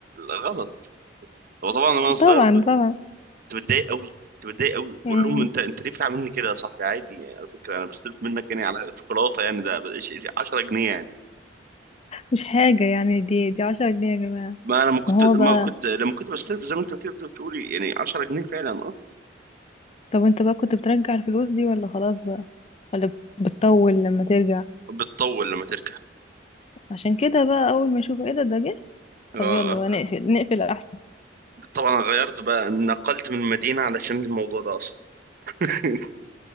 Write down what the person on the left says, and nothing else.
طبعا
طبعا
مم.
مش حاجة يعني دي دي عشرة جنيه يا جماعة
ما هو
بقى
طب انت بقى كنت بترجع الفلوس دي ولا خلاص بقى ولا بت- بتطول لما ترجع
عشان كده بقى اول ما يشوفوا ايه ده ده جه
طب يلا بقى نقفل نقفل احسن